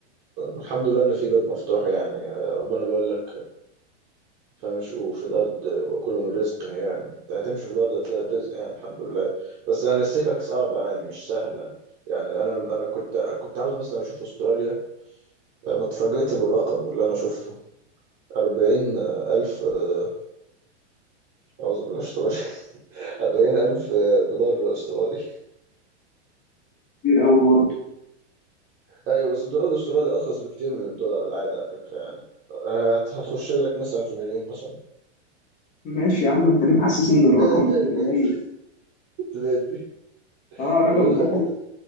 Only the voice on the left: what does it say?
كتير أوي برضه
ماشي يا عم أنت ليه محسسني إن الرقم
مليون
قليل؟
أه رقم
رقم